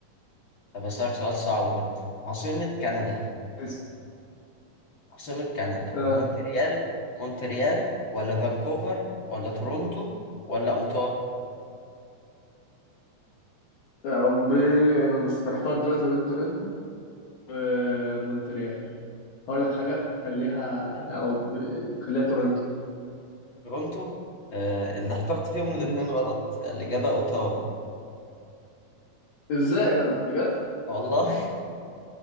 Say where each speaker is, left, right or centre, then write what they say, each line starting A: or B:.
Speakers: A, on the left; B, on the left.
A: طب أسألك سؤال صعب برضه عاصمة كندا
B: اسم.
A: عاصمة كندا
B: اه
A: مونتريال مونتريال ولا فانكوفر ولا تورونتو ولا أوتاوا
B: يا ربي انا مس- محتار دلوقتي ما بين تورنتو ومونتريال هقول لك حاجة خليها
A: أيوه
B: يا ربي خليها تورنتو
A: تورونتو آه اللي اخترت فيهم الاتنين
B: مم.
A: غلط الإجابة أوتاوا
B: ازاي يا جدع بجد
A: والله <laughs>